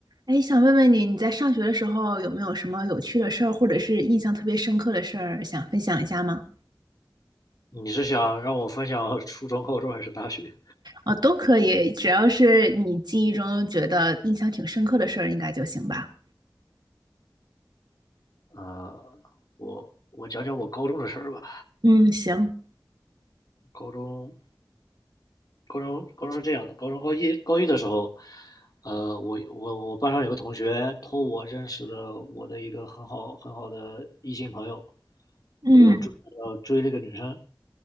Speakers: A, on the right; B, on the left.
A: 哎，想问问你，你在上学的时候有没有什么有趣的事儿，或者是印象特别深刻的事儿，想分享一下吗？
B: 你是想让我分享 <laughs> 初中、高中还是大学？
A: 哦，都可以，只要是你记忆中觉得印象挺深刻的事儿，应该就行吧。
B: 呃，我我讲讲我高中的事儿吧。
A: 嗯，行，
B: 高中，高中，高中是这样的，高中高一高一的时候，呃，我我我班上有个同学托我认识了我的一个很好很好的异性朋友，
A: 嗯
B: 对，要追要追那个女生，